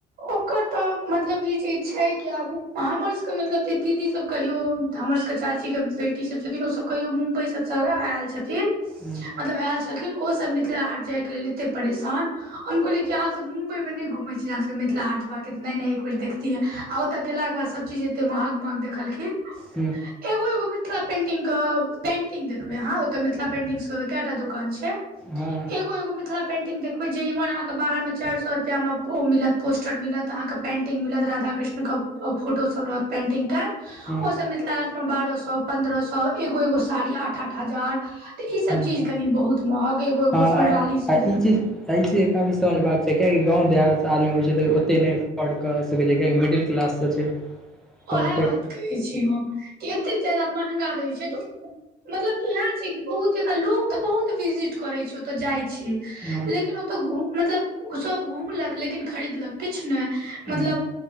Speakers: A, on the right (about 65°); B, in the centre.
A: ओकर तऽ मतलब इ चीज छै कि आब हमर सबके मतलब दीदी सब कहियो हमर सबके चाची के बेट ी सब छथिन ओसभ कहियो मुम्बई सब सँ ऐल छथिन।
B: हँ
A: मतलब ऐल छलखिन ओसभ मिथिला हाट जायके लेल एते परेशान हम कहलिये कि आहाँ सब मुमबई मे नै घुम घुमै छीये अहाँ सब के मिथिल हाट जेबाक आय नै - नै एक बेेर देखतियै आ ओतऽ गेलाके बाद सभचीज एते महग - महग देखलखिन। <unintelligible>
B: हँ
A: एगो - एगो मिथिला पेंटिंग क पेंटिंग देखबै अहाँ, ओत मिथिला पेंटिंग सब केएटा दुकान छै।
B: हँ
A: एगो - एगो मिथिला पेंटिंग देखबै, जे इमहर अहाँके बाहर में चैर सो रुपया मे ओ मिलत, पोस्टर मिलत, अहाँके पेंटिंग मिलत, राधााकृष्ण क फोटो सब रहत पेंटिंग के।
B: हँ
A: ओ
B: हँ
A: सब मिथिला हाट मे बारह सौ पन्द्रह सौ एगो - एगो साड़ी आठ - आठ हजार। त इ सब
B: हँ
A: चीज कनि बहुत महग एगो - एगो
B: आ
A: फुलडाली सब
B: आ
A: देख
B: इ चीज, एहि चीज एकरा भी समझबाक चाही किएकि गाँव देहात सँ आदमी अबै छै तऽ ओते नै पढ़ कऽ सकै छै कियाकि मिडिल क्लास सँ छै। तऽ
A: ओहे
B: फेर
A: बात कहै छी हम कि एतेक जैदा महंगा दै छै तऽ मतलब इहे छै कि बहुत जैदा लोक तऽ बहुत विजिट करै छै ओतऽ जाइ छै।
B: हँ
A: लेकिन ओतऽ घुम मतलब सब घूमलक लेकिन खरीदलक किछ नै।
B: हँ
A: मतलब